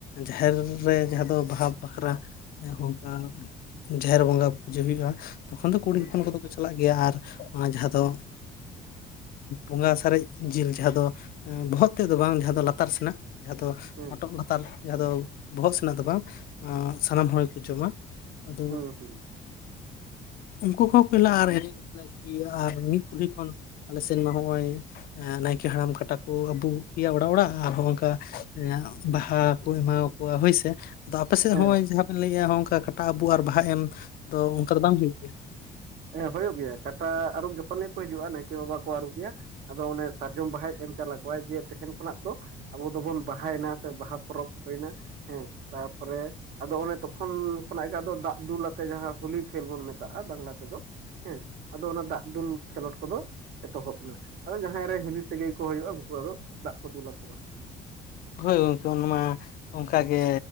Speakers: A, on the left (about 60°); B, on the right (about 70°).
A: ᱡᱟᱦᱮᱨ ᱨᱮ ᱡᱟᱦᱟᱸ ᱫᱚ ᱵᱟᱦᱟ ᱵᱟᱠᱷᱨᱟ ᱚᱱᱠᱟ ᱡᱟᱦᱮᱨ ᱵᱚᱸᱜᱟ ᱯᱩᱡᱟᱹ ᱦᱩᱭᱩᱜᱼᱟ ᱛᱚᱠᱷᱚᱱ ᱫᱚ ᱠᱩᱲᱤ
B: ᱦᱮᱸ
A: ᱦᱚᱯᱚᱱ ᱠᱚᱫᱚ ᱠᱚ ᱪᱟᱞᱟᱜ ᱜᱮᱭᱟ ᱟᱨ ᱡᱟᱦᱟᱸ ᱫᱚ ᱵᱚᱸᱜᱟ ᱥᱟᱨᱮᱡ ᱡᱤᱞ ᱡᱟᱦᱟᱸ ᱫᱚ ᱵᱚᱦᱚᱜ ᱛᱮᱫᱚ ᱵᱟᱝ ᱡᱟᱦᱟᱸ ᱫᱚ ᱞᱟᱛᱟᱨ ᱥᱮᱱᱟᱜ ᱾ ᱡᱟᱦᱟᱸ ᱫᱚ
B: ᱦᱮᱸ
A: ᱦᱚᱴᱚᱜ ᱞᱟᱛᱟᱨ ᱡᱟᱦᱟᱸ ᱫᱚ ᱵᱚᱦᱚᱜ ᱥᱮᱱᱟᱜ ᱫᱚ ᱵᱟᱝ ᱥᱟᱱᱟᱢ ᱦᱚᱲ ᱜᱮᱠᱚ ᱡᱚᱢᱟ ᱾ ᱟᱫᱚ
B: ᱦᱮᱸ <unintelligible>
A: ᱩᱝᱠᱩ ᱦᱚᱸ ᱯᱮᱞᱟᱨ ᱟᱨᱮ ᱟᱨ ᱢᱤᱫ ᱠᱩᱞᱦᱤ ᱠᱷᱚᱱ ᱟᱞᱮ ᱥᱮᱱ ᱢᱟ ᱱᱚᱜᱼᱚᱭ ᱱᱟᱭᱠᱮ ᱦᱟᱲᱟᱢ ᱠᱟᱴᱟ ᱠᱚ ᱟᱵᱩᱜ ᱜᱮᱭᱟ ᱚᱲᱟᱜ ᱚᱲᱟᱜ ᱟᱨ ᱦᱚᱝᱠᱟ ᱵᱟᱦᱟ ᱠᱚ ᱮᱢᱟᱣ ᱠᱚᱣᱟ ᱦᱳᱭᱥᱮ᱾ ᱟᱫᱚ ᱟᱯᱮᱥᱮᱜ
B: ᱦᱮᱸ
A: ᱦᱚᱸᱜᱼᱚᱭ ᱡᱟᱦᱟᱸ ᱯᱮ ᱞᱟᱹᱭᱮᱜᱼᱟ ᱦᱚᱸ ᱚᱝᱠᱟ ᱠᱟᱴᱟ ᱟᱵᱩᱜ ᱟᱨ ᱵᱟᱦᱟ ᱮᱢ ᱫᱚ ᱚᱱᱠᱟ ᱫᱚ ᱵᱟᱝ ᱦᱩᱭᱩᱜ ᱜᱮᱭᱟ?
B: ᱦᱮᱸ ᱦᱩᱭᱩᱜ ᱜᱮᱭᱟ ᱠᱟᱴᱟ ᱟᱹᱨᱩᱵ ᱡᱚᱠᱷᱚᱱ ᱜᱮᱠᱚ ᱦᱤᱡᱩᱜᱼᱟ ᱱᱟᱭᱠᱮ ᱵᱟᱵᱟ ᱠᱚ ᱟᱹᱨᱩᱵ ᱮᱭᱟ᱾ ᱟᱫᱚ ᱚᱱᱮ ᱥᱟᱨᱡᱚᱢ ᱵᱟᱦᱟᱭ ᱮᱢ ᱪᱟᱞᱟ ᱠᱚᱣᱟᱭ ᱡᱮ ᱛᱮᱦᱮᱱ ᱠᱷᱚᱱᱟᱜ ᱫᱚ ᱟᱵᱚ ᱫᱚᱵᱚᱱ ᱵᱟᱦᱟᱭ ᱱᱟ ᱥᱮ ᱵᱟᱦᱟ ᱯᱚᱨᱚᱵ ᱦᱩᱭ ᱱᱟ ᱦᱮᱸ ᱛᱟᱯᱚᱨᱮ ᱟᱫᱚ ᱚᱱᱮ ᱛᱚᱠᱷᱚᱱ ᱠᱷᱚᱱᱟᱜ ᱜᱮ ᱟᱫᱚ ᱫᱟᱜ ᱫᱩᱞ ᱟᱛᱮ ᱡᱟᱦᱟᱸ ᱦᱳᱞᱤ ᱠᱷᱮᱞ ᱵᱚᱱ ᱢᱮᱛᱟᱜᱼᱟ ᱵᱟᱝᱞᱟ ᱛᱮᱫᱚ ᱾ ᱦᱮᱸ ᱟᱫᱚ ᱚᱱᱟ ᱫᱟᱜ ᱫᱩᱞ ᱠᱷᱮᱞᱳᱰ ᱠᱚᱫᱚ ᱮᱛᱚᱦᱚᱵ ᱮᱱᱟ ᱡᱟᱦᱟᱸᱭ ᱨᱮᱱ ᱦᱤᱞᱤ ᱥᱟᱹᱜᱟᱹᱭ ᱠᱚ ᱦᱩᱭᱩᱜᱼᱟ ᱩᱱᱠᱩ ᱟᱫᱚ ᱫᱟᱜ ᱠᱚ ᱫᱩᱞᱟ ᱠᱚᱣᱟ᱾
A: ᱦᱳᱭ ᱜᱚᱝᱠᱮ ᱚᱱᱟ ᱢᱟ ᱚᱝᱠᱟ ᱜᱮ